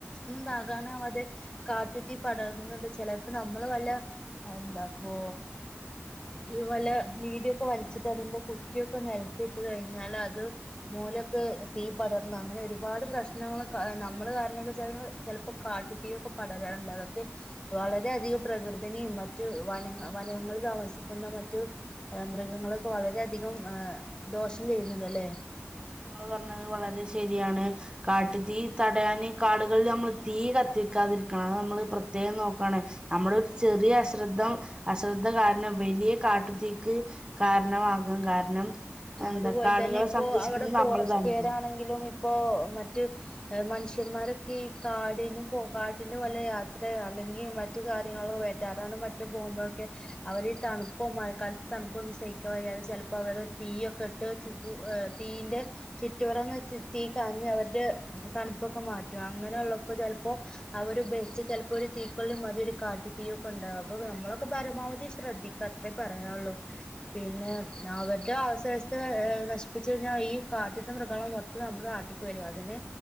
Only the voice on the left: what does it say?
ണ്ടാകാനാവാതെ കാട്ടു തീ പടാരുന്നുണ്ട് ചിലപ്പോ നമ്മൾ വല്ല എന്താപ്പൊ ഇ പല വീഢക്കെ വലിച്ചിട്ട് അതിന്റെ കുറ്റിയൊക്കെ നിലത്തിട്ട് കഴിഞ്ഞാല് അത്. മൂലൊക്കെ തീ പടർന്ന് അങ്ങനെ ഒരുപാട് പ്രശ്നങ്ങൾ നമ്മ കാരണൊക്കെ ച ചെ ഇപ്പൊ കാട്ടുത്തീക്കെ പടരാനുണ്ട് അതൊക്കെ
വളരെയധികം. പ്രകൃതിനിയും മറ്റു വനങ്ങ വനങ്ങളിൽ താമസിക്കുന്ന മറ്റു മൃഗങ്ങളൊക്കെ വളര അധികം ഹ ദോഷം ചെയ്യുന്നുണ്ടല്ലേ?
അതുപോലെ
തന്നെ ഇപ്പോ
അവിടെ ഫോറസ്റ്റ്കർ
ആണെങ്കിലും ഇപ്പോ മറ്റ് മനുഷ്യന്മാരൊക്കെ ഈ കാടിനും പോ കാട്ടിനും വല്ല യാത്ര അല്ലെങ്കിൽ മ മറ്റു കാര്യങ്ങളൊ വറ്റാ അതാണ് മറ്റു പോകുമ്പഴൊക്കെ അവരീ തണുപ്പും മഴക്കാലത്ത് തണുപ്പും സഹിക്കവയ്യാതെ ചെലപ്പോ അവര് തീയൊക്കിട്ട് ചൂ തീയിൻ്റെ ചുറ്റുരോന്ന് തീ കാഞ്ഞ് അവരുടെ തണുപ്പൊക്കെ മാറ്റും അങ്ങനെയുള്ളപ്പോ ചെലപ്പോ അവരു ബെച്ച് ചെലപ്പോരു തീക്കൊള്ളി മതി ഒരു കാട്ടു തീയൊക്കെ ഉണ്ടാവും അപ്പൊ നമ്മളൊക്കെ പരമാവധി ശ്രദ്ധിക്കും എനിക്കത്രേ പറയാനൊള്ളൂ പിന്നെ അവര് ടെ അവസസ്ഥ എ നശിപ്പിച്ചുകഴിഞ്ഞാ ഈ കാട്ടിത്തെ മൃഗങ്ങള് മൊത്തം നമ്മുടെ നാട്ടിക്കുവരും അതിന്